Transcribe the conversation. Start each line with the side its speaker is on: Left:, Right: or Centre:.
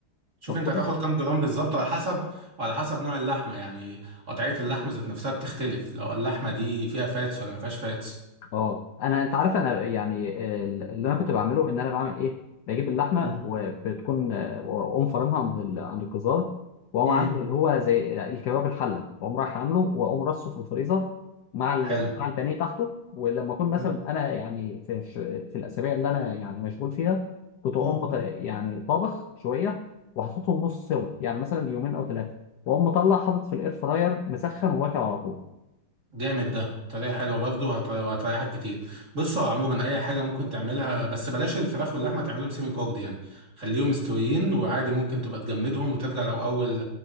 Right: شوف
Left: طب
Right: انت
Left: كويس.
Right: هتاخد كام جرام بالظبط على حسب وعلى حسب نوع اللحمه يعني قطعيه اللحمه ذات نفسها بتختلف لو اللحمه دي فيها فاتس ولا ما فيهاش فاتس
Left: اه انا انت عارف انا يعني آه، اللي انا كنت بعمله ان انا بعمل ايه بجيب اللحمه
Right: مم.
Left: وبتكون آه، واقوم فرمها عند ال- عند الجزار واقوم
Right: امم
Left: عامل اللي هو زي الكباب الحله واقوم رايح عامله واقوم رصه في الفريزر مع ال-
Right: حلو
Left: مع البانيه تحته ولما اكون مثلا
Right: حلو.
Left: انا يعني في الش- في الاسابيع اللي انا يعني مشغول فيها كنت اقوم
Right: آه.
Left: بط- يعني طابخ شويه وحاططهم نص سوا يعني مثلا يومين او ثلاثه واقوم مطلع حاطط في الاير فراير مسخن وواكل على طول
Right: جامد ده طريقة حلوة برضه وهت- وهتريحك كتير بص هو عموما أي حاجة ممكن تعملها بس بلاش الفراخ واللحمة تعملهم سيمي كوكد يعني خليهم مستويين وعادي ممكن تبقى تجمدهم وترجع لو أول